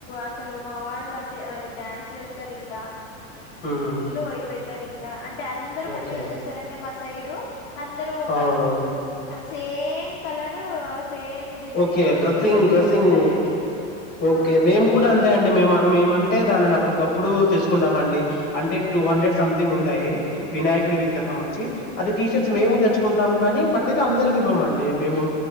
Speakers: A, on the left; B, on the left.
A: అసలు మా వాళ్ళు అం తె ఆ డ్యాన్స్లు వస్తారు ఇంకా ఫుల్
B: ఉమ్
A: వయిబయితారు ఇంకా అంటే అందరు మళ్ళీ
B: ఓకే
A: ఏం చేస్తారంటే మా సైడు అందరు ఒక
B: అవును
A: as same colour same design
B: okay dressing
A: T షర్ట్లు
B: డ్రస్సింగ్
A: తీసుకుంటారండి
B: ఓకే
A: ఆ
B: మేము కూడా అంతే అండి మేమన్ మేమంత అంటే దానిని అప్పటికప్పుడు తెచ్చుకుంటామ అండి అంటే టూ హండ్రెడ్ సంథింగ్ ఉంటాయి వినాయకుడి విగ్రహం
A: అవునా
B: ఒచ్చి అది టీషర్ట్స్ మేము తెచ్చుకుంటాము కానీ బట్ది ఐతే అందరికి ఇవ్వమండి మేము